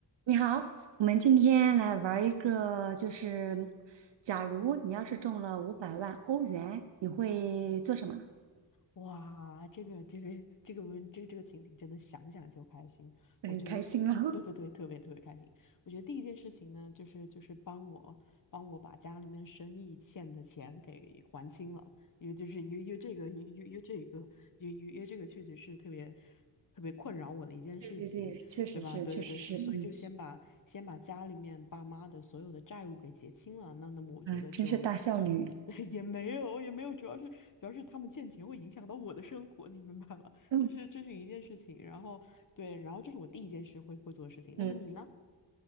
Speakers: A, on the right; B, on the left.
A: 你好，我们今天来玩一个，就是假如你要是中了五百万欧元，你会做什么？
B: 哇，这个这个这个文这个这个情景真的想想就开心，
A: 很开心了。
B: 我觉得我对对对，
A: <laughs>
B: 特别特别开心。我觉得第一件事情呢，就是就是帮我帮我把家里面生意欠的钱给还清了，因为就是因为因为这个因为因为这个因为因为这个确实是特别特别困扰我的一件事情，
A: 对对对，确实是，
B: 对吧？对对对，
A: 确实是，
B: 所所以就先把先把家里面爸妈的所有的债务给结清了。
A: 嗯，
B: 那那么我觉得就
A: 哎，真是大孝女。
B: <laughs> 也没有也没有，主要是主要是他们欠钱会影响到我的生活，你明白吧？<laughs>
A: 嗯
B: 这是这是一件事情。然后对，然后这是我第一件事会会做的事情。
A: 嗯，
B: 那么你呢？